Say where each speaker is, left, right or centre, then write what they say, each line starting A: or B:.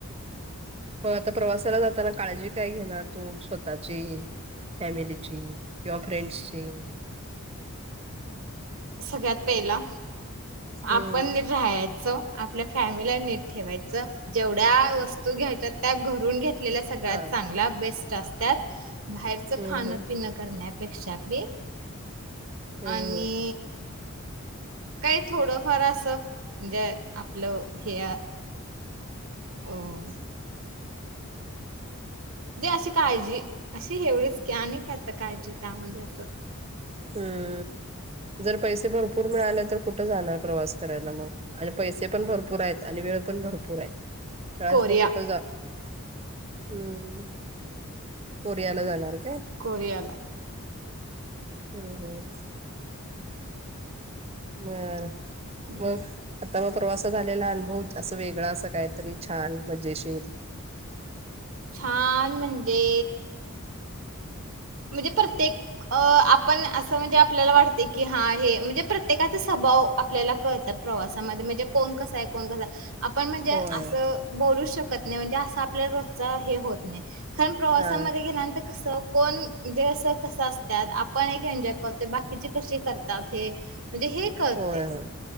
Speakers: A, on the right; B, on the right.
A: मग आता प्रवासाला जाताना काळजी काय घेणार तू स्वतःची फॅमिलीची किंवा फ्रेंडसची?
B: सगळ्यात पहिला,
A: हम्म
B: आपण राहा आपल्या फॅमिलीला नीट ठेवायच जेवढ्या वस्तू घ्यायच्या त्या घरून घेत आपला सगळ्यात
A: हा
B: चांगला बेस्ट रस्त्यात बाहेरचं
A: हम्म
B: खाण
A: हम्म
B: पिनं करण्या अपेक्षा <unintelligible>
A: हम्म
B: आणि, काही थोडंफार असं म्हणजे आपलं हे, अं जे अशी काळजी अशी एवढीच आणि काय आता काळजी त्यामध्ये असं,
A: हम्म जर पैसे भरपूर मिळाले तर कुठ जाणार प्रवास करायला मग आणि पैसे पण भरपूर आहेत आणि वेळ पण भरपूर आहे. त्यावेळेस
B: कोरिया
A: मग कुठं जा? हम्म कोरियाला जाणार. काय
B: कोरियाला,
A: हम्म हम्म बर,
B: अं
A: मग आता मग प्रवासात आलेला अनुभव असं वेगळा अस काहीतरी छान, मज्जेशीर
B: छान म्हणजे म्हणजे प्रत्येक आपण असं म्हणजे आपल्याला वाटत की हा हे म्हणजे प्रत्येकाचा स्वभाव आपल्याला कळतात प्रवासामध्ये म्हणजे कोण कसा आहे, कोण कसा, आपण म्हणजे
A: होय.
B: असं बोलू शक कतने म्हणजे आ- सा आपल्या रोजचा हे होत नाही. खरण प्रवासामध्ये
A: हा
B: गेल्यांतर कसं कोण म्हणजे असं कसं असतयात आपण एक एन्जॉय करतो बाकीची कशी कर तात हे म्हणजे हे कळते.
A: होय होय